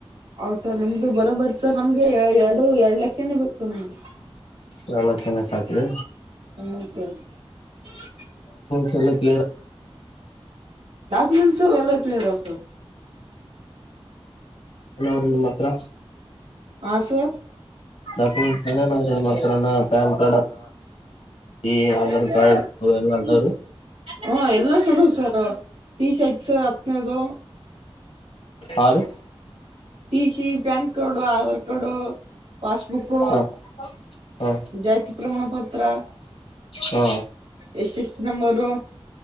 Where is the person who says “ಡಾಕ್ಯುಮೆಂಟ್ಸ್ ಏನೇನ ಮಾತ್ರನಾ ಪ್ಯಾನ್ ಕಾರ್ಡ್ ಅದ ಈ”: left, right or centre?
Left